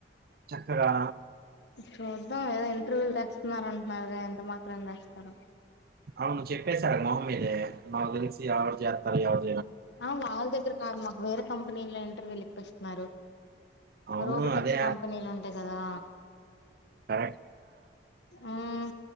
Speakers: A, on the right; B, on the left.
A: చక్కరా
B: చూద్దాం ఏదో ఇంటర్వ్యూలు తెస్తున్న అంటున్నారు ఎంత మాత్రం రాస్తారు
A: అవును చెప్పేశారు మొహమ్మీద మాద స జత సరేాల
B: ఆ వాళ్దగ్ కారమా వే కంపెనీలేటి విలిపిస్తున్నారు
A: అవును
B: రోబోటిక్స్
A: అదే
B: కంపెనీలు ఉంటాయి కదా
A: అ
B: మ్మ్